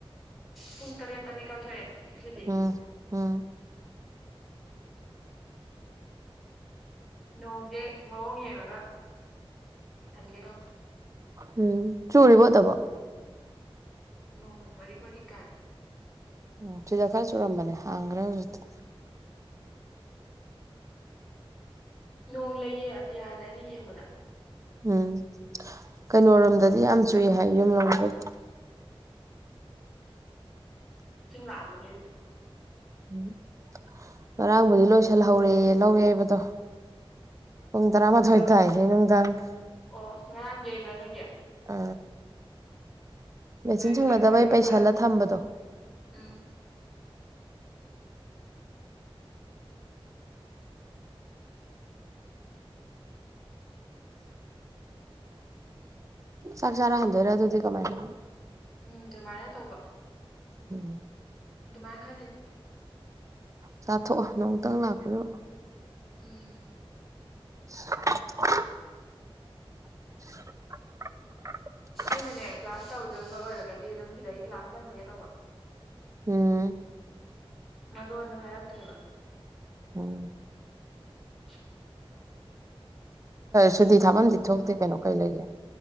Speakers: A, in the centre; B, on the right.
A: ꯄꯨꯡ ꯇꯔꯦꯠꯇ ꯃꯤꯀꯛꯊꯣꯛꯑꯦ ꯉꯁꯤꯗꯤ
B: ꯎꯝ ꯎꯝ
A: ꯅꯣꯡꯁꯦ ꯃꯑꯣꯡ ꯌꯦꯡꯉꯒ ꯍꯟꯒꯗꯧꯅꯦ
B: ꯎꯝ ꯆꯨꯔꯤꯕꫭ ꯑꯗꯕꯣ
A: ꯅꯣꯡ ꯃꯔꯤꯛ ꯃꯔꯤꯛ ꯇꯥꯔ‌ꯦ
B: ꯎꯝ ꯁꯤꯗ ꯈꯔꯥ ꯆꯨꯔꯝꯕꯅꯦ ꯍꯥꯡ꯭ꯈꯔ‌ꯦ ꯍꯧꯖꯤꯛꯇꯤ
A: ꯅꯣꯡ ꯂꯩꯌꯦ ꯑꯇꯤꯌꯥꯁꯦ ꯑꯩꯅ ꯌꯦꯡꯕꯗ
B: ꯎꯝ ꯀꯩꯅꯣꯔꯣꯝꯗꯗꯤ ꯌꯥꯝ ꯆꯨꯏ ꯍꯥꯏꯌ‌ꯦ ꯅꫭꯡꯖ‌ꯦ
A: ꯏꯁꯤꯡ ꯂꯥꯛꯑꯝꯃꯅꯤ ꯑꯗꯨꯗꯤ
B: ꯎꯝ ꯉꯔꯥꯡꯕꯨꯗꯤ ꯂꯣꯏꯁꯤꯜꯍꯧꯔꯦꯌ‌ꯦ ꯂꯧ ꯌꯩꯕꯗꯣ ꯄꯨꯡ ꯇꯔꯥꯃꯥꯊꯣꯏ
A: ꯂꯧ
B: ꯇꯥꯌ‌ꯦ ꯅꯨꯡꯗꯥꯡꯒꯤ
A: ꯑꯣ ꯑꯁ ꯉꯔꯥꯡ ꯌꯩꯕ꯭ꯔꯥ ꯅꯣꯏꯒꯤ
B: ꯑ ꯃꯦꯆꯤꯟ
A: ꯂꯣꯏꯕꯨ
B: ꯁꯪꯅꯗꯕꯩ
A: ꯂꯩꯍꯧꯔꯗꯤ
B: ꯄꯩꯁꯥꯜꯂ
A: ꯐꯔꯦ
B: ꯊꯝꯕꯗꯣ
A: ꯎꯝ ꯎ ꯎ ꯎ <inaudible> ꯎꯝ <inaudible>
B: ꯆꯥꯛꯆꯔꯥ ꯍꯟꯗꫭꯏꯔ ꯑꯗꯨꯗꯤ ꯀꯃꯥꯏꯅ
A: ꯎꯝ ꯑꯗꯨꯃꯥꯏꯅ ꯇꯧꯕ
B: ꯎꯝ
A: ꯑꯗꯨꯃꯥꯏ ꯈꯜꯂꯤ
B: ꯆꯥꯊꯣꯛꯑꫭ ꯅꫭꯡꯃꯇꯪ ꯂꯥꯛꯄꯗꯕꯨ
A: ꯎꯝ
B: <unintelligible> <unintelligible>
A: ꯑꯩꯅꯅꯦ ꯀ꯭ꯂꯥꯁ ꯇꯧꯗꯣꯏꯕ ꯑꯣꯏꯔꯒꯗꯤ ꯑꯗꯨꯝ ꯁꯤꯗꯒꯤ ꯀ꯭ꯂꯥꯁ ꯆꯠꯈꯔꯒꯦ ꯇꯧꯕ
B: ꯎꯝ
A: ꯃꯔꯣꯟꯗꯣ ꯍꯥꯏꯔꯛꯇ꯭ꯔꯦꯕ
B: ꯎꯝ
A: <inaudible>
B: ꯁꯨꯗꯤ ꯊꯥꯐꯝꯗꯤ ꯊꯣꯛꯇꯦ ꯀꯩꯅꯣ ꯀꯩ ꯂꯩꯒꯦ